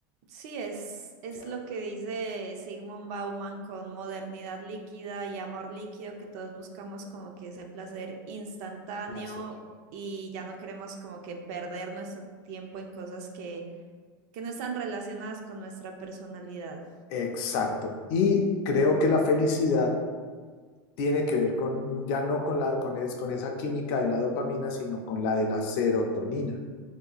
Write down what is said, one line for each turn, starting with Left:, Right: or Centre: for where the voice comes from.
Right: Sí, es, es
Left: ¿cierto?
Right: lo que dice Sigmund Bauman con modernidad líquida y amor líquido, que todos buscamos como que ese placer instantáneo
Left: Placer.
Right: y ya no queremos como que perder nuestro tiempo en cosas que, que no están relacionadas con nuestra personalidad.
Left: Exacto. Y creo que la felicidad tiene que ver con, ya no con la, con, es- con esa química de la dopamina, sino con la de la serotonina.